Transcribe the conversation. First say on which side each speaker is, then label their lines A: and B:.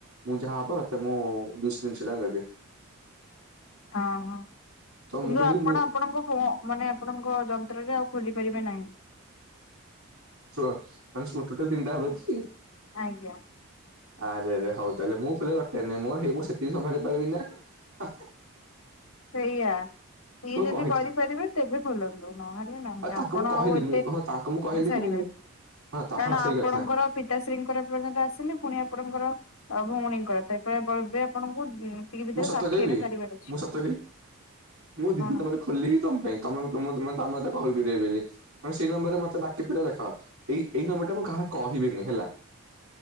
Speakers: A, on the right; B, on the left.
A: ମୁଁ ଯାହା ହବ ତତେ ମୁଁ ଦୁଇଶହ ତିନିଶହ ଟଙ୍କା ଦେବି।
B: ହ ହୋ
A: ତ
B: କିନ୍ତୁ
A: ମୁଁ କହିଲି
B: ଆପଣ
A: ମୁଁ
B: ଆପଣଙ୍କ ମାନେ ଆପଣଙ୍କ ଯନ୍ତ୍ରରେ ଆଉ କରିପାରିବେ ନାହିଁ ।
A: ସୁ ମାନେ ଟୋଟାଲ ତିନିଟା ହବ କି?
B: ଆଜ୍ଞା।
A: ଆରେରେ ହଉ ତାହେଲେ ମୁଁ ପିଲା ରଖେଇନି ମୋର ହେଇ ମୁଁ ସେତିକି ସମ୍ଭାଳି ପାରିବି ନା ଆଗ
B: ସେଇଆ ଇଏ ଯଦି
A: କହିଛି
B: କରିପାରିବେ ତେବେ ଖୋଲନ୍ତୁ ନହେଲେ ନାହିଁ
A: ଆଉ ତାଙ୍କୁ
B: ଆପଣ
A: ମୁଁ କହିଲି
B: ଆଉ
A: ମୁଁ
B: ଏତେ
A: ହଁ ତାଙ୍କୁ ମୁଁ କହିଲି
B: କରିପାରିବେ
A: କି ମୁଁ ହଁ
B: କାରଣ
A: ହଁ ସେଇ
B: ଆପଣଙ୍କର
A: କଥା
B: ପିତାଶ୍ରୀଙ୍କର ଏ ପର୍ଯ୍ୟନ୍ତ ଆସିନି ପୁଣି ଆପଣଙ୍କର ଭଉଣୀ ପ ଏବେ ଆପଣଙ୍କୁ ଏ ଭିତରେ
A: ମୁଁ ସତ
B: ଷାଠିଏଟା
A: କହିବି
B: ସାରିବାର ଅଛି।
A: ମୁଁ ସତ ମୁଁ ଦି
B: କଣ
A: ଦିନ ପରେ ଖୋଲିଲି ତମ ପାଇଁ ତ-ତମ-ତ- ତମ ସେଇ ନମ୍ବରରେ ମତେ ବାକି ପରେ ଦେଖ ଏ ଏଇ ନମ୍ବର ଟା ମୁଁ କାହାକୁ କହିବିନି ହେଲା। <inaudible>